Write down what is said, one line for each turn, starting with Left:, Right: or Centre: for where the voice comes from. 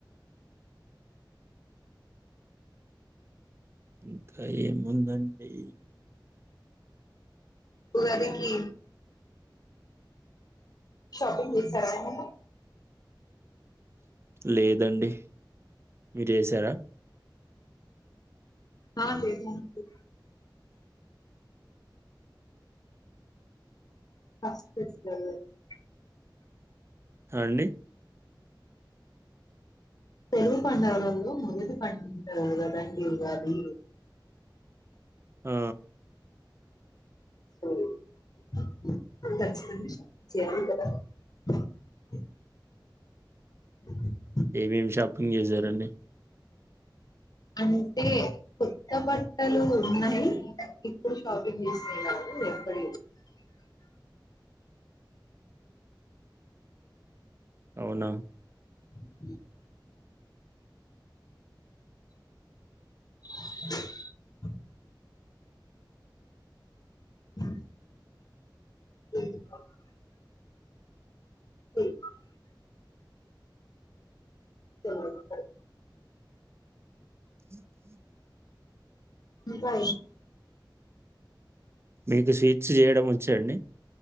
Right: ఇంకా ఏముందండి
Left: ఉగాది కి షాపింగ్ చేసారా అండి
Right: లేదండి మీరు చేసారా
Left: అ చేసాను అండి <unintelligible>
Right: అ అండి
Left: తెలుగు పండగలంలో మొదటి పందంగాది
Right: ఆ
Left: <unintelligible> <inaudible>
Right: ఏమేమి షాపింగ్ చేసారడి
Left: అంటే కొత్త బట్టలు ఉన్నాయి ఇప్పుడు షాపింగ్ చేసినాయి నాకు ఎప్పుడ
Right: అవునా
Left: <inaudible> <inaudible> <inaudible> <inaudible> <inaudible> <unintelligible>
Right: <inaudible>
Left: ఇకా
Right: మీకు స్వీట్స్ చేయడం వంచండి